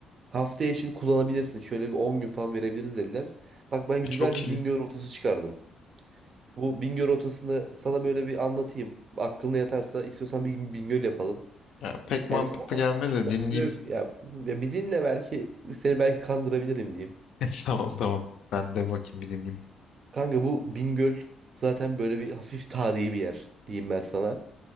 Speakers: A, on the right; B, on the left.
A: Haftaya için kullanabilirsin. Şöyle bir 10 gün falan verebiliriz dediler. Bak ben
B: E,
A: güzel
B: çok
A: bir
B: iyi.
A: Bingöl rotası çıkardım. Bu Bingöl rotasını sana böyle bir anlatayım. Aklına yatarsa istiyorsan bir gün Bingöl yapalım.
B: Ya, pek mantıklı
A: Yani o
B: gelmedi
A: arkadaşım
B: de
A: da
B: dinleyeyim
A: öve öve- ya, ya bir dinle belki seni belki kandırabilirim diyeyim.
B: <laughs> Tamam tamam. Ben de bakayım bir dinleyeyim.
A: Kanka bu Bingöl zaten böyle bir hafif tarihi bir yer diyeyim ben sana.